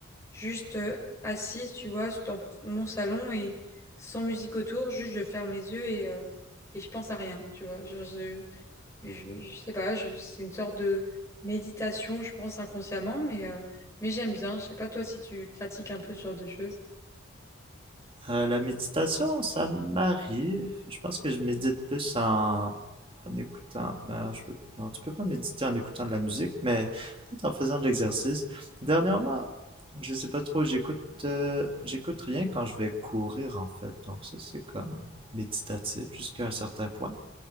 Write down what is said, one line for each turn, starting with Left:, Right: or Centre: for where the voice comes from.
Left: juste euh, assise, tu vois, dans mon salon et sans musique autour, juste je ferme les yeux et, euh, et je pense à rien, tu vois. Genre, je, je, je sais pas, je- c'est une sorte de méditation, je pense inconsciemment, mais, euh, mais j'aime bien. Je sais pas toi si tu pratiques un peu ce genre de choses.
Right: Euh, la méditation, ça m'arrive. Je pense que je médite plus en, en écoutant. Ben, je peux- non, tu peux pas méditer en écoutant de la musique, mais peut-être en faisant de l'exercice. Dernièrement, je sais pas trop, j'écoute euh, j'écoute rien quand je vais courir, en fait. Donc ça, c'est comme méditatif jusqu'à un certain point.